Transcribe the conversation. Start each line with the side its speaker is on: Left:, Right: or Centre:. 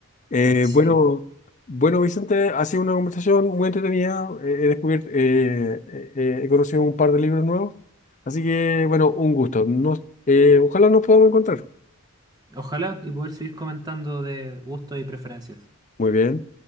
Left: Eh,
Right: Sí.
Left: bueno, bueno, Vicente, ha sido una conversación muy entretenida, eh, he descubierto, eh, eh, eh, he conocido un par de libros nuevos, así que bueno, un gusto. Nos, eh, ojalá nos podamos encontrar.
Right: Ojalá y poder seguir comentando de gustos y preferencias.
Left: Muy bien.